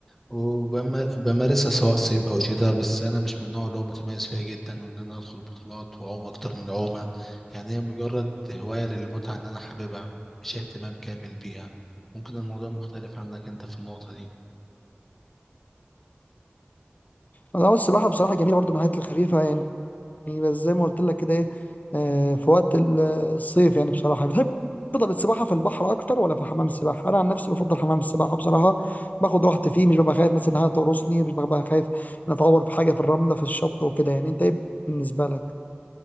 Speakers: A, in the centre; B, on the left (about 40°).
A: وبمارسها سواء صيف او شتاء بس انا مش من النوع اللي هو متميز فيها جدا وان انا ادخل بطولات واعوم اكتر من عومه يعني هي مجرد هوايه للمتعه ان انا حاببها مش اهتمام كامل بيها ممكن الموضوع مختلف عنك انت في النقطه دي
B: لا هو السباحة بصراحة جميلة برضه من الحاجات الخفيفة يعني بس زي ما قلت لك كده ايه آه، في وقت ال- الصيف يعني بصراحة بتحب تفضل السباحة في البحر أكتر ولا في حمام السباحة؟ أنا عن نفسي بفضل حمام السباحة بصراحة باخد راحتي فيه مش ببقى خايف مثلا إن حاجة تقرصني مش ببقى خايف إن أتعور في حاجة في الرملة في الشط وكده يعني أنت إيه بالنسبة لك؟